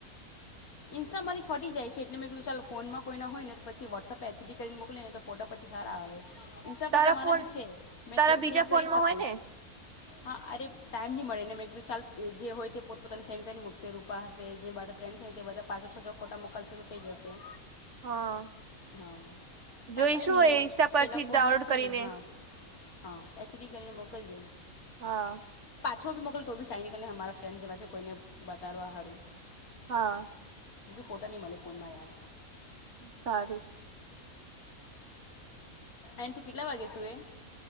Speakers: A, on the left; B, on the right.
A: ઇન્સ્ટામાંથી ફટી જાય એટલે કીધુ ચાલ ફોનમા કોઈ ના હોય ને તો પછી વોટ્સપ એચડી કરીને મોકલી ને ફોટો પ પછી સારા આવે ઇન્સ્ટા
B: તારા
A: પર તો મારા
B: ફોન
A: બી છે મેં
B: તારા બીજા
A: સેવ કરી
B: ફોનમાં
A: શકુ
B: હોય ને
A: હા અરે ટાઈમ ની મળે ને મેં કીધું ચાલ જે હોય તે પોત પોતાની સેન કરીને મૂકશે રૂપા હશે જે બધા ફ્રેન્ડ છે તે બધા પાછો છો છો ફોટો મોકલશે તો થઈ જશે
B: હા
A: હા ચાલ
B: જોઈશુ
A: કાંઈ નહીં મેં
B: ઇસ્ટા પરથી
A: પેલા ફોનમાં
B: ડાઉલોડ
A: છે
B: કરીને
A: ને હા હા એચડી કરીને મોકલજે
B: હા
A: ઓછો બી મોકલ તો બી સાનીકલી અમારા ફ્રેન્ડસ એવા છે કોઈને બતાડવા હારું
B: હા
A: ફોટા ની મલે ફોનમા યાર
B: સારું સ
A: એન તુ કેટલા વાગે સુુએ